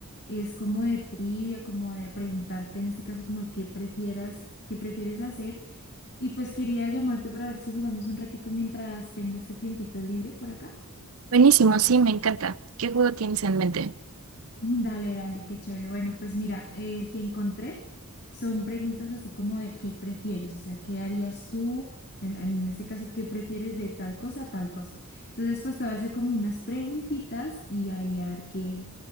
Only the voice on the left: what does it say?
Es como de trivia, como de preguntarte en este caso como de qué prefieras, qué prefieres hacer. Y pues quería llamarte para ver si jugamos un ratico mientras tengo este tiempito libre por acá.
Dale, dale, qué chévere. Bueno, pues mira, eh, el que encontré son preguntas así como de qué prefieres, o sea, ¿qué harías tú? En, en este caso, ¿qué prefieres de tal cosa a tal cosa? Entonces, pues te voy a hacer como unas preguntitas y ahí a ver qué,